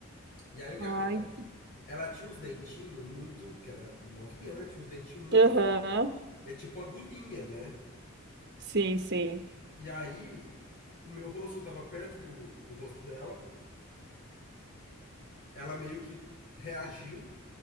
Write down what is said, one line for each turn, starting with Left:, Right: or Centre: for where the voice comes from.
Left: E aí o que
Right: ai,
Left: acontece? Ela tinha uns dentinhos muito, que era novinha, né? Tinha uns dentinhos muito
Right: aham,
Left: fininhos. E é tipo agulhinha, né?
Right: Sim, sim,
Left: E aí o meu rosto tava perto do, do rosto dela, ela meio que reagiu